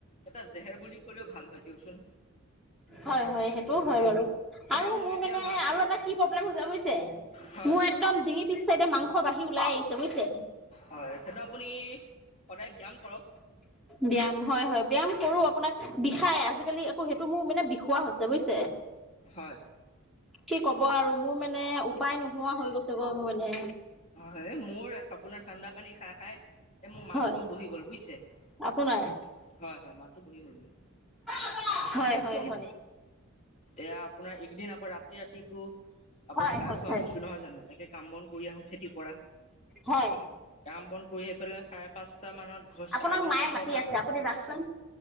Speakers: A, on the left (about 30°); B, in the centre.
A: এটা জেহেৰ বুলি ক'লেও ভাল হয়। দিয়কচোন
B: হয় হয় সেইটোও হয় বাৰু,
A: সেয়া
B: আৰু মোৰ
A: এতিয়া
B: মানে
A: মাতটো
B: আৰু এটা কি প্ৰব্লেম হৈ যাব বুছে,
A: হয়
B: মোৰ
A: কওক
B: একদম ডিঙি পিছ চাইডে মাংস বাঢ়ি ওলাই আহিছে, বুজিছে।
A: হয়, সেইটো আপুনি সদায় ব্যয়াম কৰক।
B: ব্যায়াম হয়, হয়। ব্যায়াম কৰোঁ। আপোনাৰ বিষায় আজিকালি আকৌ সেইটো মোৰ মানে বিষোৱা হৈছে, বুজিছে।
A: হয়
B: কি ক'ব আৰু মোৰ মানে উপায় নোহোৱা হৈ গৈছোঁ। গভলে
A: হয়, মোৰ এক আপোনাৰ ঠাণ্ডা পানী খাই খাই এ, মোৰ মাতটো
B: হয়
A: বহি গ'ল বুইছে। হয়,
B: আপোনাৰ
A: হয় মাতটো বহি গ'ল মোৰ।
B: <inaudible> হয়,
A: একদম
B: হয়, হয়।
A: এয়া আপোনাৰ একদিন আকৌ ৰাতি ৰাতিকো আপোনাৰ
B: হয়
A: গা
B: হয়
A: ধোৱা
B: হয়,
A: হৈছো নহয় জানো একে কাম বন কৰি আহো। এতি পৰা,
B: হয়।
A: কাম বন কৰি হেফেলে চাৰে পাঁচ চা মানত ঘ, চাৰে
B: আপোনাক
A: পাঁচটা
B: মায়ে
A: ছটাত
B: মাতি আছে আপুনি যাওকচোন